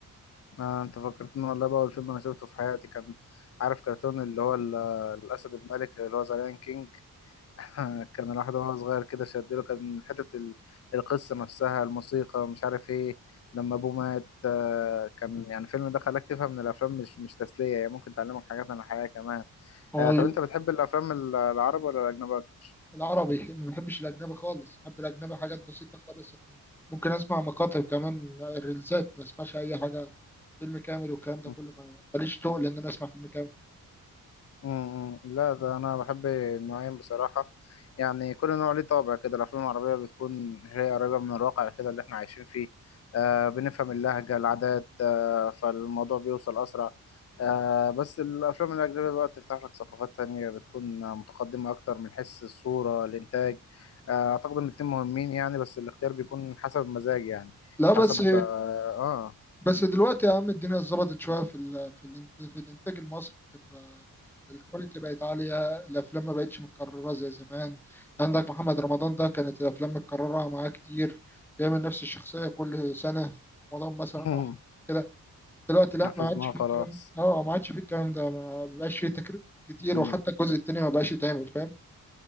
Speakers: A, on the left; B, in the centre.
A: آه انت فكرتني والله بقى اول فيلم انا شفته في حياتي كان عارف كرتون اللي هو ال- الاسد الملك اللي هو ذا لايون <laughs> كان الواحد وهو صغير كده شدله كان حتة ال- القصة نفسها الموسيقى مش عارف ايه لما ابوه مات آه، كان يعني الفيلم ده خلاك تفهم ان الافلام مش مش تسلية هي ممكن تعلمك حاجات عن الحياة كمان
B: امم
A: آه، طب انت بتحب الافلام ال- العربي ولا الاجنبي اكتر؟
B: العربي <laughs> ما بحبش الأجنبي خالص بحب الأجنبي حاجات بسيطة خالص يعني. ممكن أسمع مقاطع كمان ريلزات ما أسمعش أي حاجة فيلم كامل والكلام ده
A: مم.
B: كله ما- ماليش تقل إن أنا أسمع فيلم كامل
A: امم لا ده انا بحب النوعين بصراحه يعني كل نوع ليه طابع كده الافلام العربيه بتكون هي قريبه من الواقع كده اللي احنا عايشين فيه آه بنفهم اللهجه العادات آه فالموضوع بيوصل اسرع آه بس الافلام الاجنبيه بقى تفتح لك ثقافات تانية بتكون متقدمه اكتر من حيث الصوره الانتاج آه اعتقد ان الاتنين مهمين يعني بس الاختيار بيكون حسب المزاج يعني
B: لا بس
A: حسب اه, آه.
B: بس دلوقتي يا عم الدنيا اتظبطت شوية في ال... في, ال... في الإنتاج المصري بتبقى الكواليتي بقت عالية الأفلام ما بقتش متكررة زي زمان عندك محمد رمضان ده كانت الأفلام متكررة معاه كتير بيعمل نفس الشخصية كل سنة في رمضان مثلا
A: مم.
B: أو
A: <laughs>
B: كده دلوقتي لا
A: حفظناه
B: ما عادش فيه
A: خلاص
B: الكلام اه ما عادش فيه الكلام ده ما بقاش فيه تكرير كتير
A: مم.
B: وحتى الجزء التاني ما بقاش يتعمل فاهم